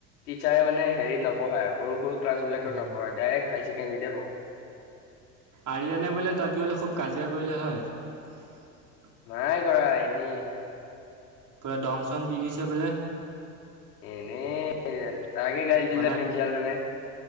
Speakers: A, on the left (about 75°); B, on the right (about 40°).
A: টিচাৰে মানে হেৰিত নপঢ়ায় সৰু সৰু ক্লাছবিলত
B: উম,
A: নপঢ়া ডাইৰেক্ট হাইাৰ ছেকেণ্ডেৰীতে পঢ়ায়।
B: আৰিয়ানে বোলে তাত গৈলে খুব কাজিয়া কৰিলে হয়?
A: নাই কৰা এনে।
B: পুৰা দম চম দি দিছে বোলে।
A: এনে তাকে হে গালি দিলে
B: বনাই
A: পিনঞ্চিপালে।